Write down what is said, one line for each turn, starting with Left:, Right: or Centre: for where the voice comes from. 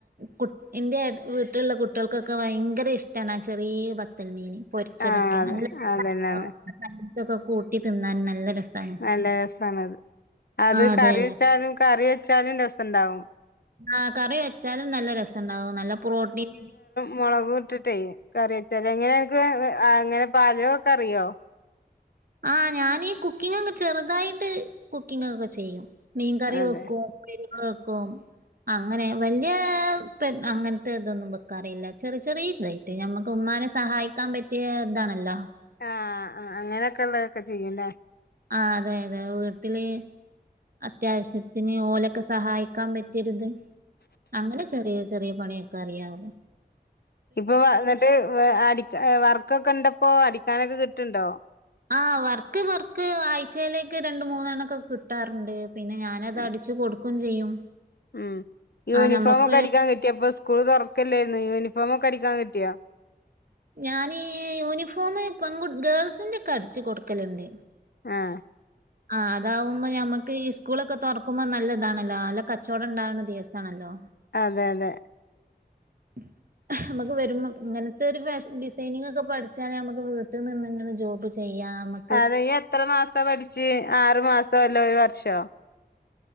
Right: കു എൻ്റെ വീട്ടിലുള്ള കുട്ടികൾക്കൊക്കെ ഭയങ്കര ഇഷ്ടമാണ് ആ ചെറിയ പത്തൽമീൻ പൊരിച്ചതൊക്കെ
Left: ആഹ്
Right: <unintelligible>
Left: അതെ അതന്നെന്നെ
Right: കൂട്ടി തിന്നാൻ നല്ല രസമാണ്.
Left: നല്ല രസാണ് അത് അത്
Right: അതെ
Left: കറി
Right: അതെ
Left: വെച്ചാലും കറി വെച്ചാലും രസം ഉണ്ടാവും.
Right: ആ കറി വെച്ചാലും നല്ല രസം ഉണ്ടാവും നല്ല പ്രോട്ടീൻ
Left: മുളക് വിട്ടിട്ടേ കറി വെച്ചല് എങ്ങനെ നിനക്ക് അങ്ങനെ പാചകമൊക്കെ അറിയോ
Right: ആ ഞാനീ കുക്കിങ് ഒക്കെ ചെറുതായിട്ട് കുക്കിംഗ് ഒക്കെ ചെയ്യും. മീൻ കറി
Left: അതെ
Right: വെക്കും പീരവെക്കും അങ്ങനെ വലിയ അങ്ങനത്തെ ഇതൊന്നും വെക്കാറയില്ല ചെറിയ ചെറിയ ഇതായിട്ട് ഞമ്മക്ക് ഉമ്മാനെ സഹായിക്കാൻ പറ്റിയ ഇതാണല്ലോ
Left: ആഹ് ആഹ് അങ്ങനെയൊക്കെ ഉള്ളതൊക്കെ ചെയ്യുല്ലേ?
Right: ആഹ് അതെ അതെ വീട്ടില് അത്യാവശ്യത്തിന് ഓലൊക്കെ സഹായിക്കാൻ പ ചെര്ത് അങ്ങനെ ചെറിയ ചെറിയ പണിയൊക്കെ അറിയാവോ
Left: ഇപ്പൊ എന്നിട്ട് അട വർക്കൊക്കെ ണ്ടപ്പോ അടിക്കാനൊക്കെ കിട്ട്ണ്ടോ
Right: ആഹ് വർക്ക് വർക്ക് ആഴ്ച്ചേലൊക്കെ രണ്ട് മൂന്നെണ്ണക്കെ കിട്ടാറ്ണ്ട് പിന്നെ ഞാനത്
Left: ഉം
Right: അടിച്ച് കൊട്ക്കും ചെയ്യും
Left: ഉം യൂണിഫോമൊക്കെ
Right: ആഹ് നമ്മക്കൊരു
Left: അടിക്കാൻ കിട്ടിയൊ ഇപ്പം സ്കൂള് തൊറക്കില്ലായിരുന്നൊ യൂണിഫോമൊക്കെ അടിക്കാൻ കിട്ടിയോ
Right: ഞാന് യൂണിഫോമ് പെൺകു ഗേൾസിന്റെക്കെ അടിച്ച് കൊട്ക്കല്ണ്ട്
Left: ആഹ്
Right: ആഹ് അതാവുമ്പോ നമ്മക്ക് ഈ സ്കൂളൊക്കെ തൊറക്കുമ്പോ നല്ല ഇതാണല്ലോ നല്ല കച്ചോടം ഇണ്ടാവ്ണ ദിവസാണല്ലോ
Left: അതെ അതെ
Right: <inaudible> നമുക്ക് വരുമ്പോ ങ്ങനത്തെരു ഫാഷൻ ഡിസൈനിങ് ഒക്കെ പഠിച്ചാ നമുക്ക് വീട്ടിൽ നിന്ന് ങ്ങനെ ജോബ് ചെയ്യാം നമുക്ക്
Left: അത് എത്ര മാസം പഠിച്ച് ആറു മാസോ അല്ലേ ഒര് വർഷോ